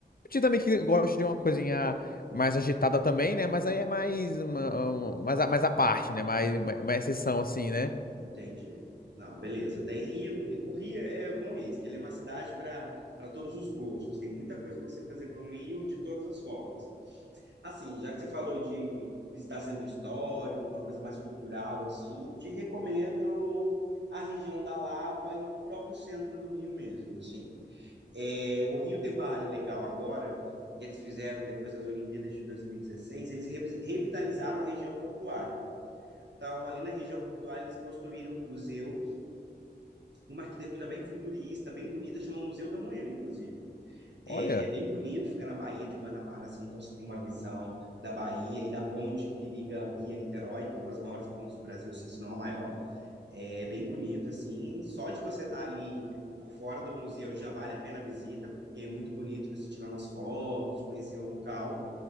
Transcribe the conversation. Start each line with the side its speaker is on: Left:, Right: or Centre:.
Left: Eu também que gosto de uma coisinha mais agitada também, né? Mas aí é mais, uma- mais, a- mais à parte, né? Mais, mais, mais exceção, assim, né?
Right: Entendi. Não, beleza. Tem Rio. O Rio é bom é isso, que ele é uma cidade para para todos os gostos. Tem muita coisa para você fazer no Rio de todas as formas. Assim, já que você falou de visitar centro histórico, uma coisa mais cultural, assim, te recomendo a região da Lapa e o próprio centro do Rio mesmo, assim. É, o Rio tem uma área legal agora, que eles fizeram depois das Olimpíadas de 2016, eles revi- revitalizaram a região portuária. Então, ali na região portuária, eles construíram um museu uma arquitetura bem futurista, bem bonita, chama Museu da Manhã, inclusive. É,
Left: Olha.
Right: é, bem bonito, fica na Baía de Guanabara, assim, então você tem uma visão da Bahia e da ponte que liga o Rio a Niterói, que é uma das maiores pontes do Brasil, assim, se não a maior. É bem bonito, assim, só de você estar ali por fora do museu já vale a pena a visita, porque é muito bonito você tirar umas fotos, conhecer o local.